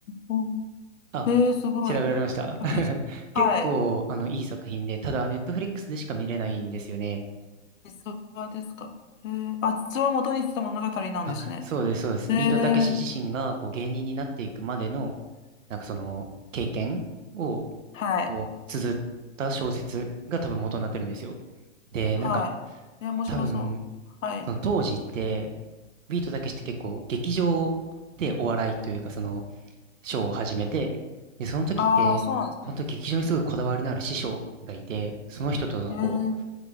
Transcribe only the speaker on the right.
あ、
調べられました。
<laughs> 結構、あの、いい作品で、ただ、ネットフリックスでしか見れないんですよね。
あ、そうです、そうです。
ビートたけし自身が、こう、芸人になっていくまでの、なんかその、経験を、
こう、綴った小説が多分元になってるんですよ。で、
なんか、
多分、
その当時って、ビートたけしって結構、劇場でお笑いというか、その、ショーを始めて、で、その時って、
本当劇場にすごいこだわりのある師匠がいて、その人とのこう、